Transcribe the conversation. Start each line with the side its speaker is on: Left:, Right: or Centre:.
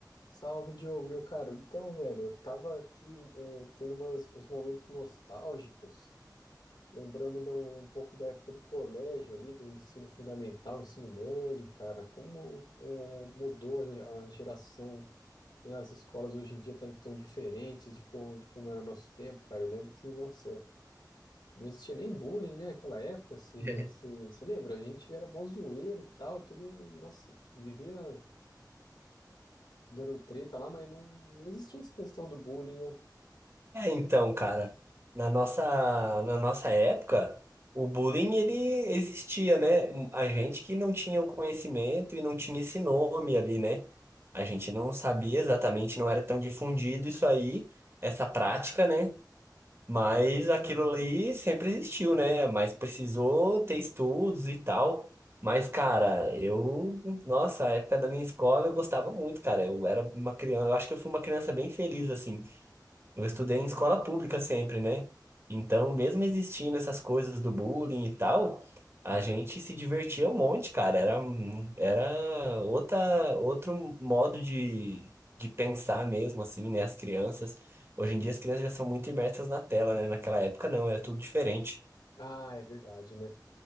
Left: Salve, Diogo, meu caro. Então, velho, eu tava aqui eh, tendo umas- uns momentos nostálgicos, lembrando do- um pouco da época do colégio ali, do ensino fundamental, ensino médio, cara. Como eh, mudou a a geração, né? As escolas hoje em dia estão tão tão diferentes de como, de como era o nosso tempo, cara. Eu lembro que, nossa, eu, não existia nem bullying, né, naquela época, ou seja,
Right: É,
Left: você você lembra? A gente era mó zoeiro e tal, tudo, nossa, vivia dando treta lá, mas não, não existia essa questão do bullying, né?
Right: é, então, cara, na nossa, na nossa época, o bullying ele existia, né? A gente que não tinha o conhecimento e não tinha esse nome ali, né? A gente não sabia exatamente, não era tão difundido isso aí, essa prática, né? Mas aquilo ali sempre existiu, né? Mas precisou ter estudos e tal. Mas, cara, eu, nossa, a época da minha escola eu gostava muito, cara. Eu era uma criança, eu acho que eu fui uma criança bem feliz, assim. Eu estudei em escola pública sempre, né? Então, mesmo existindo essas coisas do bullying e tal, a gente se divertia um monte, cara. Era, um- era outra, outro modo de, de pensar mesmo, assim, né? As crianças. Hoje
Left: Sim.
Right: em dia as crianças já são muito imersas na tela, né? Naquela época não, era tudo diferente.
Left: Ah, é verdade, né?